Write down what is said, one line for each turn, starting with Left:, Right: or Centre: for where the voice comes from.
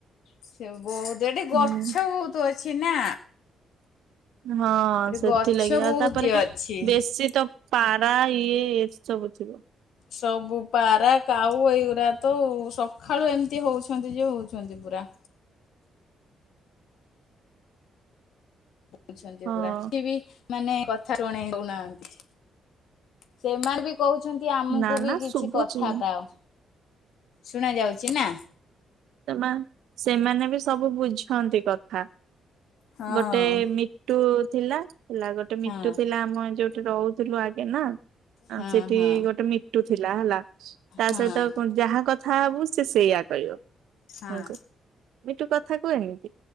Left: ସେ ବହୁତ ଏଠି ଗଛ
Right: ହୁଁ
Left: ବହୁତ ଅଛି ନା?
Right: ହଁ
Left: ଏଠି
Right: ସେଥିଲାଗି
Left: ଗଛ
Right: ଆଉ
Left: ବହୁତି
Right: ତାପରେ
Left: ଅଛି।
Right: ବେଶୀ ତ ପାରା ଇଏ ଏମିତି ସବୁ ଥିବ।
Left: ସବୁ ପାରା, କାଉ ଏଇଗୁଡା ତ ସକାଳୁ ଏମିତି ହଉଛନ୍ତି ଯେ ହଉଛନ୍ତି ପୁରା।
Right: <inaudible>
Left: ହଉଛନ୍ତି
Right: ହଁ
Left: ପୁରା ବି ମାନେ କଥା ଶୁଣେଇ ଦଉନାହାନ୍ତି ସେମାନେ ବି କହୁଛନ୍ତି ଆମକୁ
Right: ନା ନା
Left: ବି କିଛି
Right: ଶୁଭୁଛି
Left: କଥା କାଅ। ଶୁଣାଯାଉଛି ନା?
Right: ସେମାନେ ସେମାନେ ବି ସବୁ ବୁଝନ୍ତି କଥା।
Left: ହଁ
Right: ଗୋଟେ ମିଟୁ ଥିଲା ହେଲା ଗୋଟେ
Left: ହଁ
Right: ମିଟୁ ଥିଲା ଆମ ଏଇ ଯୋଉ ସେଠି ରହୁଥିଲୁ ଆଗେ ନା
Left: ହଁ
Right: ସେଠି
Left: ହଁ
Right: ଗୋଟେ ମିଟୁ ଥିଲା ହେଲା। ତା
Left: ହଁ
Right: ସହିତ କଣ ଯାହା କଥା ହବୁ ସେ ସେଇଆ କହିବ।
Left: ହଁ।
Right: ଆମକୁ ମିଟୁ କଥା କୁହେ ନି କି?